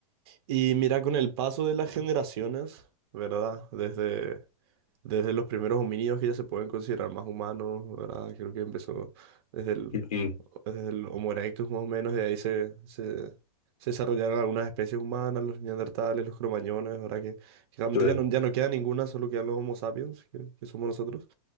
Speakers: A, on the right; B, on the left.
A: Y mira, con el paso de las generaciones, ¿verdad? Desde, desde los primeros homínidos que ya se pueden considerar más humanos, ¿verdad? Creo que empezó desde el,
B: Y- y-
A: desde el Homo erectus más o menos, de ahí se, se, se desarrollaron algunas especies humanas, los neandertales, los cromañones, ¿verdad? Que, que realmente
B: Sí,
A: ya no, ya no queda ninguna, solo quedan los Homo sapiens, que, que somos nosotros.